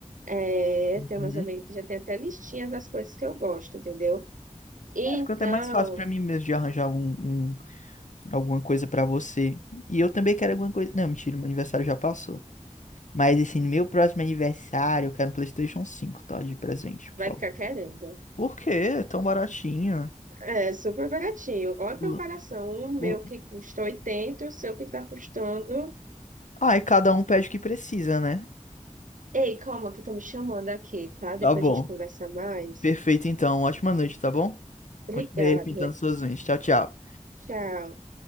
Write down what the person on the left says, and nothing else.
Uhum.
É, fica até mais fácil pra mim mesmo de arranjar um, um alguma coisa pra você. E eu também quero alguma coisa. Não, mentira, meu aniversário já passou. Mas assim, no meu próximo aniversário, eu quero um PlayStation cinco tá? De presente, por
favor.
Por quê? É tão baratinho.
Lu-
lu-
Ah, e cada um pede o que precisa, né?
Tá bom.
Perfeito, então. Ótima noite, tá bom?
Continue aí pintando suas unhas. Tchau, tchau.